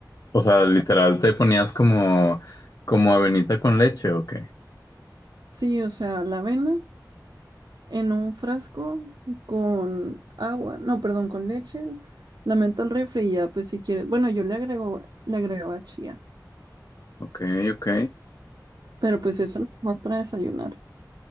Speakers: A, on the left; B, on the right.
A: o sea, literal te ponías como, como avenita con leche, ok,
B: Sí, o sea, la avena. en un frasco con agua, no, perdón, con leche, la meto al refri y ya, pues si quieres, bueno, yo le agrego, le agregaba chía,
A: ok, ok.
B: pero pues eso no es más para desayunar.